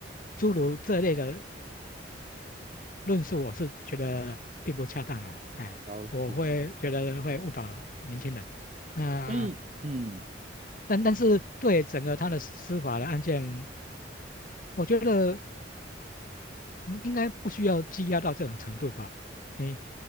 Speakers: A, on the left (about 50°); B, on the right (about 40°).
A: 诸如这类的论述，我是觉得并不恰当啊，哎，
B: 了了解，
A: 我会觉得会误导年轻人。那
B: 所以嗯，
A: 但但是对整个他的司法的案件，我觉得。嗯，应该不需要羁押到这种程度吧？你